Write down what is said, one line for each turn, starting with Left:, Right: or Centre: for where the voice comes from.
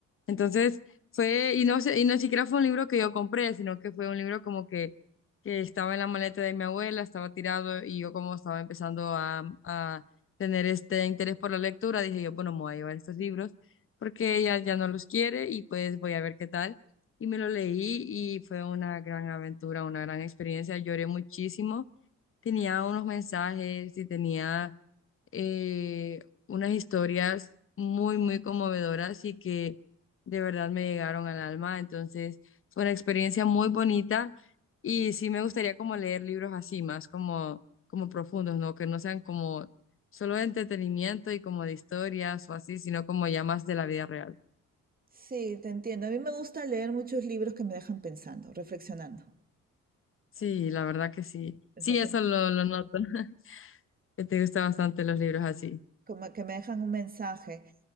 Left: Entonces fue, y no sé, y no siquiera fue un libro que yo compré, sino que fue un libro como que, que estaba en la maleta de mi abuela, estaba tirado y yo como estaba empezando a, a tener este interés por la lectura, dije yo, bueno, me voy a llevar estos libros porque ella ya no los quiere y pues voy a ver qué tal. Y me lo leí y fue una gran aventura, una gran experiencia, lloré muchísimo, tenía unos mensajes y tenía eh, unas historias muy, muy conmovedoras y que de verdad me llegaron al alma. Entonces, fue una experiencia muy bonita y sí me gustaría como leer libros así, más como, como profundos, ¿no? Que no sean como solo de entretenimiento y como de historias o así, sino como ya más de la vida real.
Right: Sí, te entiendo. A mí me gusta leer muchos libros que me dejan pensando, reflexionando.
Left: Sí, la verdad que sí.
Right: O
Left: Sí,
Right: sea, que
Left: eso lo, lo noto, <laughs> que te gustan bastante los libros así.
Right: Como que me dejan un mensaje.